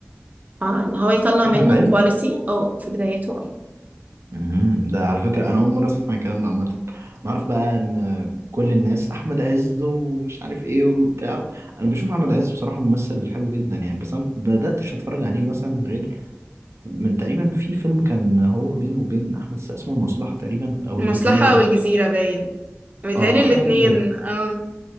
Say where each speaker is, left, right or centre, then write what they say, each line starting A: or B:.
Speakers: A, on the right (about 35°); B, on the right (about 75°).
A: اه ان هو يطلع
B: احمد
A: منه
B: عز
A: كواليتي اه في بدايته اه
B: مهم. ده على فكرة انا اول مرة اسمع الكلام ده عامة نعرف بقى ان كل الناس احمد عز ومش عارف ايه وبتاع انا بشوف احمد عز بصراحة ممثل حلو جدا يعني بس انا ما بداتش اتفرج عليه مثلا غير من تقريبا في فيلم كان هو بينه وبين احمد السقا اسمه المصلحة تقريبا او
A: المصلحة
B: الجزيرة
A: أو الجزيرة باين بيتهيألي
B: اه
A: الاتنين
B: حاجة كده
A: اه